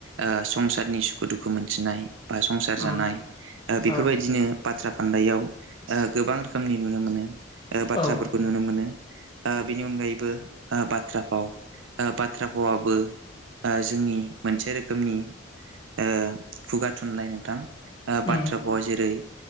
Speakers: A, on the right; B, on the left.
A: आ संसारनि सुखु दुखु मोनथिनाय बा संसार जानाय
B: उम
A: आ बेफोरबायदिनो
B: औ
A: बाथ्रा फान्दाव आ गोबां रोखोमनि नुनो मोनो ओ बाथ्राफोरखौ
B: औ
A: नु नो मोनो आ बिनि अनगायैबो आ बाथ्रा फाव । आ बाथ्रा फावाबो आ जोंनि मोनसे रोखोमनि आ खुगा थुनलाइ नोंथां आ बाथ्रा
B: उम
A: भावा जेरै-